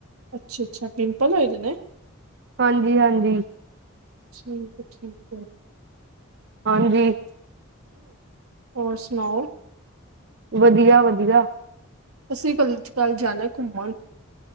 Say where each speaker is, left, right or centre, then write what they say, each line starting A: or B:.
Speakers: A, on the right; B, on the right.
A: ਅੱਛਾ-ਅੱਛਾ ਪਿੰਪਲ ਹੋਏ ਦੇ ਨੇ?
B: ਹਾਂਜੀ-ਹਾਂਜੀ
A: ਠੀਕ ਆ ਠੀਕ ਏ
B: ਹਾਂਜੀ
A: ਹੋਰ ਸੁਨਾਓ
B: ਵਧੀਆ-ਵਧੀਆ
A: ਅਸੀਂ ਕੱਲ-ਕੱਲ ਜਾਣਾ ਘੁੰਮਣ